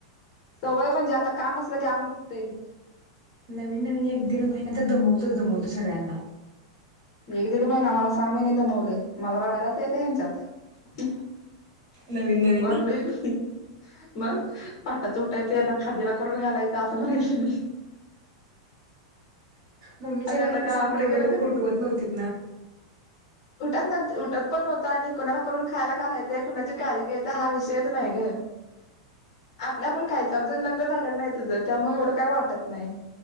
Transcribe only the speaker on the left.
सवय म्हणजे आता काम नसलं की अंग दुखतेय
एक दीड महिना मला सहा महिने दमवलंय मला रडायलाच येत ह्यांच्यात
रडलोय
मी मग पाटाच त उटाच यांना खादीला करून घालायेच असं म्हणायच मी
आणि
आता गावाकडे
गेलं
का
उठत न उठत पण नव्हतं आणि कुणाला करून खायला घालायचंय कुणाची काळजी घ्यायचं हा विषयच नाही ग <inaudible>
आपल्या पण खायचं अजून लग्न झालेलं नाही तुझं त्यामुळे एवढं काही वाटत नाही <inaudible>